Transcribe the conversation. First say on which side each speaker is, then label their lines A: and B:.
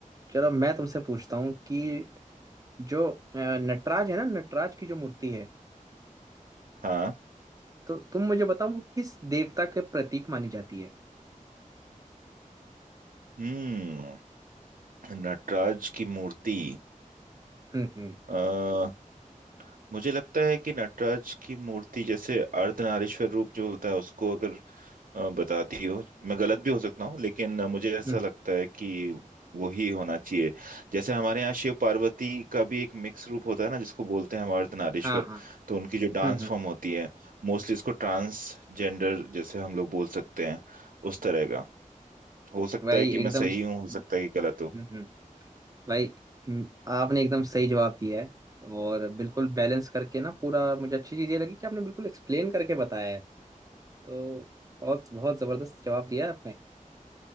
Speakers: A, on the right; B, on the right.
A: चलो मैं तुमसे पूछता हूँ कि जो अ, नटराज है ना नटराज की जो मूर्ति है
B: हाँ
A: तो तुम मुझे बताओ वो किस देवता के प्रतीक मानी जाती है
B: हम्म नटराज की मूर्ति
A: हम्म हम्म
B: अ मुझे लगता है कि नटराज की मूर्ति जैसे अर्धनारीश्वर रूप जो होता है उसको अगर अ, बताती हो मैं गलत भी हो सकता हूँ लेकिन अ, मुझे ऐसा
A: हम्म,
B: लगता है कि वही होना चाहिए जैसे हमारे यहाँ शिव पार्वती का भी एक मिक्स रूप होता है ना जिसको बोलते हैं मर्दनारीश्वर
A: हाँ हाँ
B: तो उनकी जो डांस
A: हम्म हम्म
B: फॉर्म होती है मोस्टली इसको ट्रांसजेंडर जैसे हम लोग बोल सकते हैं उस तरह का हो सकता
A: भाई
B: है कि मैं
A: एकदम
B: सही
A: स-
B: हूँ हो सकता है कि गलत
A: हम्म
B: हूँ
A: हम्म भाई हम्म, आपने एकदम सही जवाब दिया है और बिल्कुल बैलेंस करके ना पूरा मुझे अच्छी चीज ये लगी कि आपने बिल्कुल एक्सप्लेन करके बताया है तो बहुत बहुत जबरदस्त जवाब दिया है आपने